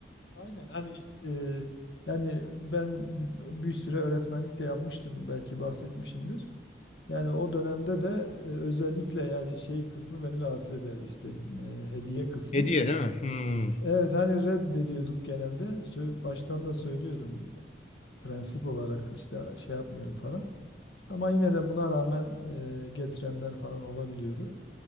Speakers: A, on the left; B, on the left.
A: Aynen hani e, yani ben bir bir süre öğretmenlik de yapmıştım belki bahsetmişimdir. Yani o dönemde de e, özellikle yani şey kısmı beni rahatsız ederdi işte e, hediye kısmı.
B: Hediye değil mi? Hmm,
A: Evet hani reddediyorduk genelde. Sö- Baştan da söylüyordum prensip olarak işte şey yapmıyorum falan. Ama yine de buna rağmen e, getirenler falan olabiliyordu.